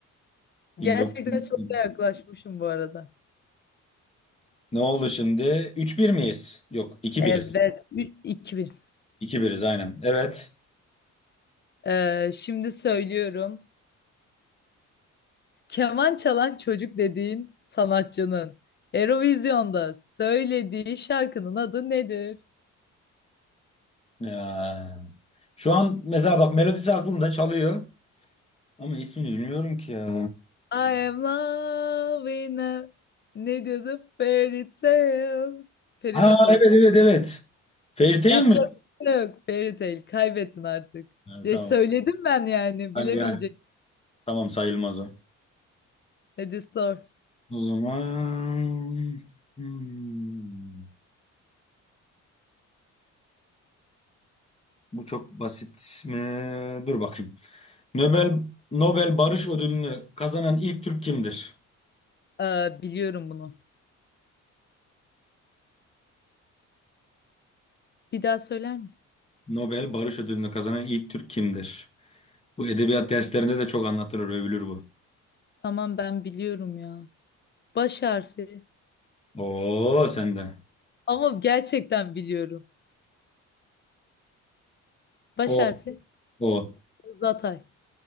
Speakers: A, on the left; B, on the left.
A: 1912.
B: Gerçekten çok da yaklaşmışım bu arada.
A: Ne oldu şimdi? 3-1 miyiz? Yok 2-1'iz.
B: Evet, Ü- 2000.
A: 2-1'iz aynen. Evet.
B: E, şimdi söylüyorum. Keman çalan çocuk dediğin sanatçının Eurovision'da söylediği şarkının adı nedir?
A: Ya. Şu an mesela bak melodisi aklımda çalıyor. Ama ismini bilmiyorum ki ya.
B: I am loving a... Ne diyordu? Fairy tale. Peri
A: Ha
B: masalı.
A: evet evet evet. Fairytale
B: Yapacak
A: mi?
B: bir şey yok Fairy Tail. Kaybettin artık.
A: Yani,
B: Ya
A: tamam.
B: söyledim ben yani
A: Hani
B: bilemeyecek.
A: yani. Tamam sayılmaz o.
B: Hadi sor.
A: O zaman hmm, bu çok basit mi? Dur bakayım. Nobel Nobel Barış Ödülünü kazanan ilk Türk kimdir?
B: Ee, biliyorum bunu. Bir daha söyler misin?
A: Nobel Barış Ödülünü kazanan ilk Türk kimdir? Bu edebiyat derslerinde de çok anlatılır, övülür bu.
B: Tamam ben biliyorum ya. Baş harfi.
A: Oo sende.
B: Ama gerçekten biliyorum. Baş
A: O,
B: harfi.
A: o.
B: Uzatay.